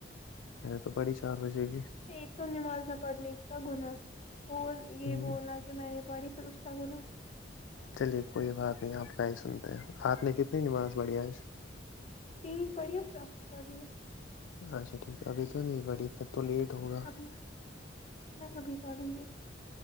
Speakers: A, on the left; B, on the left.
A: میںے تو پڑی چار بجے کی
B: ایک تو نمازہ پڑھنے کا گنا اور یہ
A: ہوں،
B: بولا میں نے پڑی پھر اس کا گنا
A: چلیے کوئی بات نہیں آپ کا ہی سنتے ہیں آپ نے کتنی نماز بڑھیاج
B: تین پڑییا چوتھی پڑھنی ہے
A: اچھا ٹھیک ہے ابھی کیوں نہیں بڑی پھر تو لیٹ ہوگا
B: اب میں ابھی پڑھوں گی